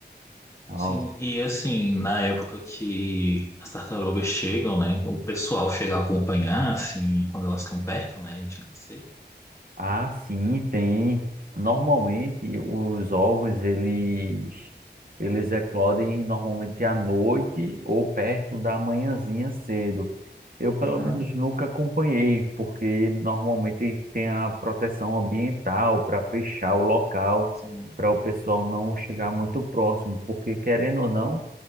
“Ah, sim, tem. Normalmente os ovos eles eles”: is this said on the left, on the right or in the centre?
Right